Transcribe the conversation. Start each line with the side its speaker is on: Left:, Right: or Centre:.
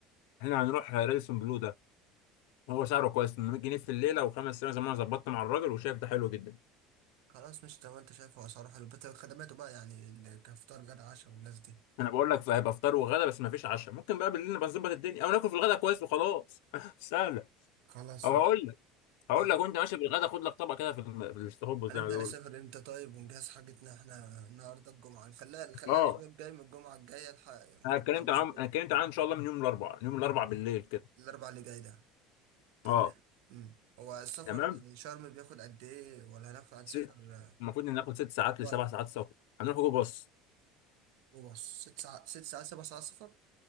Left: احنا هنروح راديسون بلو ده هو سعره كويس 800 جنيه في الليله وخمس سنين زي ما انا ظبطت مع الراجل وشايف ده حلو جدا
Right: خلاص مش تمام انت شايف هو اسعاره حلو بس خدماته بقى يعني ال- كفطار غدا عشاء والناس دي
Left: انا بقول لك هيبقى فطار وغدا بس ما فيش عشاء ممكن بقى بالليل نبقى نظبط الدنيا او ناكل في الغدا كويس وخلاص <laughs> سهله
Right: خلاص
Left: او هقول هقول
Right: اه
Left: لك وانت ماشي بالغدا خد لك طبق كده في الم- في الاستخبص
Right: هنبدأ
Left: زي ما بيقولوا
Right: نسافر امتى طيب ونجهز حاجتنا احنا النهارده الجمعة نخليها نخليها
Left: اه
Right: الأسبوع الجاي من الجمعة الجاية الحق
Left: انا
Right: ونبدأ
Left: اتكلمت
Right: الأسبوع
Left: عنهم انا اتكلمت عنهم ان شاء الله من يوم الاربعاء من يوم الاربعاء بالليل كده
Right: الأربع اللي جاي ده تمام
Left: اه
Right: مم. هو السفر
Left: تمام
Right: لشرم بياخد قد إيه ولا هناخد هنسافر
Left: ست
Right: آه،
Left: المفروض ان ناخد ست ساعات
Right: فلايت
Left: لسبع ساعات سفر هنروح جو باص
Right: هو ست ساعات ست ساعات سبع ساعات سفر؟